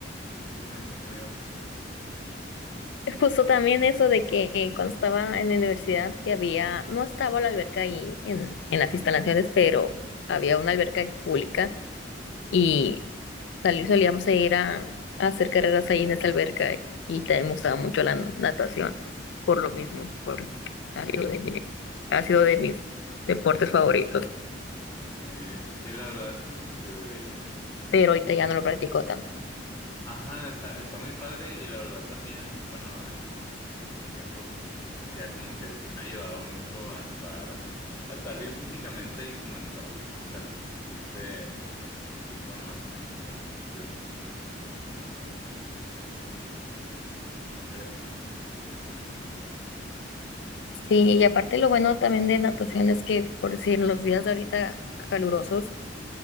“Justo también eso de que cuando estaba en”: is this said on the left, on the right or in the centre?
Left